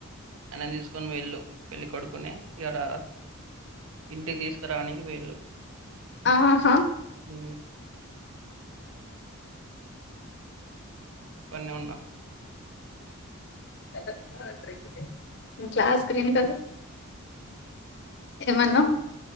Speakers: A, on the right; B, on the left.
A: ఆయనను తీసుకొని పోయిళ్ళు పెళ్ళి కొడుకుని ఇలా ఇంటి తీసుకురానికి పోయిళ్ళు
B: ఆహా
A: ఉ ఒక్కన్నే ఉన్నా
B: దగ్గర కూడా రాలే గ్లాస్ గ్రీన్ కలర్ ఏమన్నవ్